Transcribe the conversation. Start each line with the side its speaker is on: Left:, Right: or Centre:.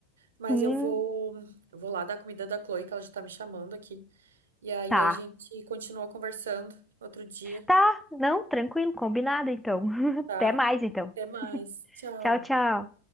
Right: Mas
Centre: Sim,
Right: eu vou, eu vou lá dar comida da Chloe, que ela já tá me chamando aqui. E aí
Centre: tá.
Right: a gente continua conversando outro dia,
Centre: Tá, não, tranquilo, combinado então. <laughs>
Right: tá?
Centre: Até mais então.
Right: Até mais. Tchau.
Centre: Tchau, tchau.